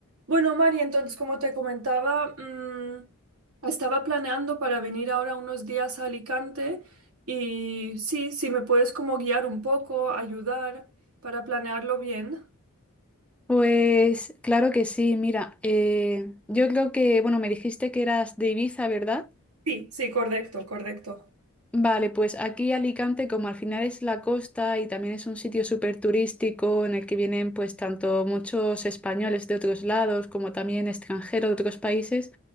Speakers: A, on the right (about 80°); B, in the centre.
A: Bueno, María. entonces, como te comentaba, mm, estaba planeando para venir ahora unos días a Alicante y sí, si me puedes como guiar un poco, ayudar para planearlo bien.
B: Pues claro que sí, mira, eh, yo creo que, bueno, me dijiste que eras de Ibiza, ¿verdad?
A: Sí, sí, correcto, correcto.
B: Vale, pues aquí Alicante, como al final es la costa y también es un sitio súper turístico en el que vienen pues tanto muchos españoles de otros lados como también extranjeros de otros países,